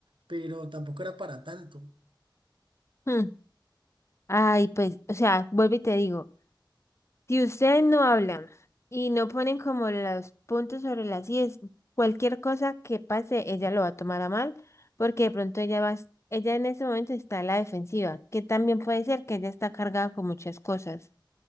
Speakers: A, on the right (about 80°); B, on the left (about 35°).
A: Pero tampoco era para tanto.
B: mm. Ay, pues, o sea, vuelvo y te digo. Si ustedes no hablan y no ponen como los puntos sobre las íes, cualquier cosa que pase, ella lo va a tomar a mal, porque de pronto ella va, a es- ella en ese momento está a la defensiva, que también puede ser que ella está cargada con muchas cosas.